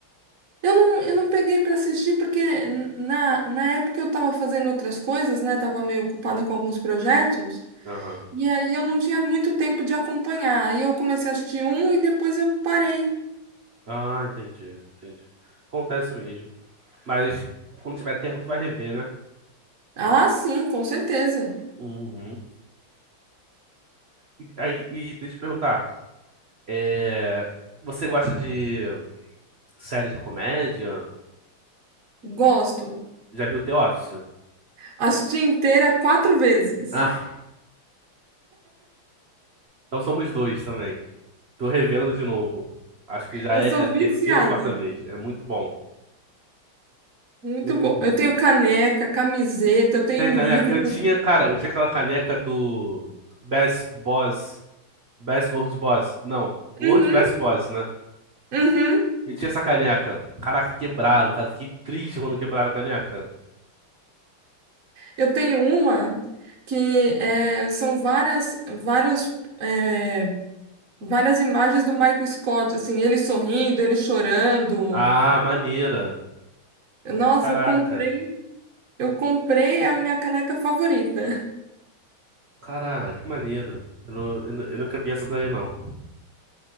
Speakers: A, on the right; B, on the right.
A: Eu não, eu não peguei para assistir porque n- na, na época eu tava fazendo outras coisas, né? Tava meio ocupada com alguns projetos.
B: Aham.
A: E aí eu não tinha muito tempo de acompanhar. Aí eu comecei a assistir um e depois eu parei.
B: Ah, entendi, entendi. Acontece mesmo. Mas quando tiver tempo tu vai rever, né?
A: Ah, sim, com certeza.
B: Uhum. E, aí, e deixa eu te perguntar, é, você gosta de série de comédia?
A: Gosto.
B: Já viu The Office?
A: Assisti inteira quatro vezes.
B: Ah, então somos dois também. Tô revendo de novo. Acho que já
A: Eu
B: é
A: sou
B: a terceira
A: viciada.
B: ou quarta vez. É muito bom.
A: Muito
B: Muito
A: bom.
B: bom.
A: Eu tenho caneca, camiseta, eu tenho
B: Tem caneca?
A: livro.
B: Eu tinha, cara, eu tinha aquela caneca do Best Boss. Best World Boss. Não, World
A: Uhum,
B: Best Boss, né?
A: uhum.
B: Eu tinha essa caneca. Caraca, quebraram, cara. Fiquei triste quando quebraram a caneca.
A: Eu tenho uma que é, são várias, vários, é, várias imagens do Michael Scott, assim, ele sorrindo, ele chorando.
B: Ah, maneira.
A: Nossa,
B: Caraca.
A: eu comprei, eu comprei é a minha caneca favorita.
B: Caraca, que maneiro. Eu, não, eu, nu- eu nunca vi essa daí, não.